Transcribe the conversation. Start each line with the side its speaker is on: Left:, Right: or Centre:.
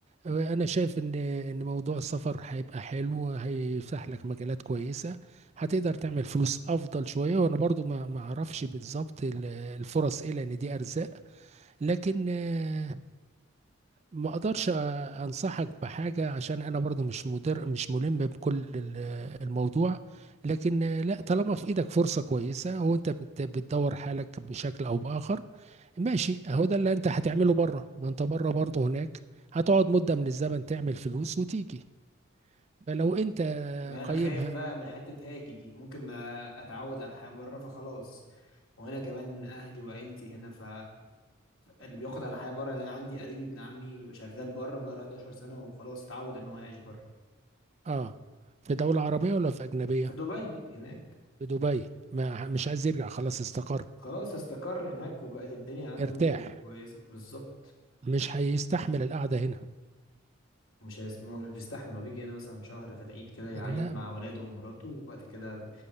Right: انا شايف ان ان موضوع السفر هيبقى حلو هيفتح لك مجالات كويسه هتقدر تعمل فلوس افضل شويه وانا برضو ما ما اعرفش بالظبط ال- الفرص ايه لان دي ارزاق لكن آه، ما اقدرش أ- انصحك بحاجه عشان انا برضو مش مدر مش ملم بكل ال- الموضوع لكن آه، لا طالما في ايدك فرصه كويسه وانت بت- بتدور حالك بشكل او باخر ماشي اهو ده اللي انت هتعمله بره ما انت بره برضه هناك هتقعد مده من الزمن تعمل فلوس وتيجي فلو
Left: ما
Right: انت آه،
Left: ما انا
Right: قيمها
Left: خايف بقى من حته هاجي دي ممكن ما اتعود على الحياه بره فخلاص وهنا كمان اهلي وعيلتي هنا ف اللي بياخد على الحياه بره يعني عندي قريبي ابن عمي شغال بره بقاله 11 سنه وخلاص اتعود ان هو يعيش بره
Right: اه في دوله عربيه ولا في اجنبيه
Left: في دبي هناك
Right: في دبي ما مش عايز يرجع خلاص استقر
Left: خلاص استقر هناك وبقت الدنيا عنده
Right: ارتاح
Left: كويسة بالظبط
Right: مش هيستحمل القعده هنا
Left: مش هيس... ما هو مش بيستحمل هو بيجي هنا مثلا شهر في العيد كده يعيد
Right: لا
Left: مع ولاده ومراته وبعد كده